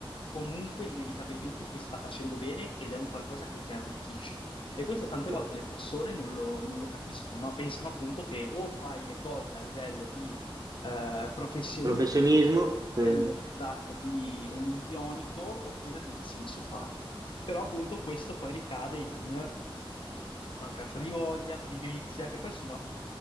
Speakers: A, on the left (about 65°); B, on the right (about 40°).
A: comunque inevitabilmente ti sta facendo bene ed è un qualcosa che ti arricchisce. E questo tante
B: sì.
A: volte le persone non lo, non lo capiscono, no? Pensano appunto che o fai le cose a livello di eh, professionista,
B: Professionismo,
A: o a
B: eh,
A: livello esatto di olimpionico, oppure non ha senso farlo. Però appunto questo poi ricade in mancanza di voglia, pigrizia, che poi sono